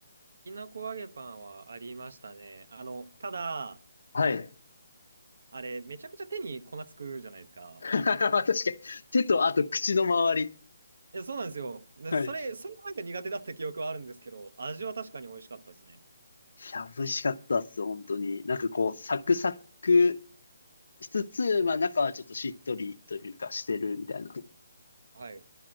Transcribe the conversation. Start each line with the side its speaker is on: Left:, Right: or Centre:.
Right: きなこ揚げパンはありましたね。あの、ただ、
Left: はい。
Right: あれ、めちゃくちゃ手に粉つくじゃないですか。
Left: <laughs> 確かに。手とあと口の周り。
Right: いや、そうなんですよ。でそれ、
Left: はい。い
Right: それはなんか苦手だった記憶はあるんですけど、味は確かに美味しかったですね。
Left: や、美味しかったっす、本当に。なんかこう、サクサクしつつ、まあ中はちょっとしっとりというかしてるみたいな
Right: はい。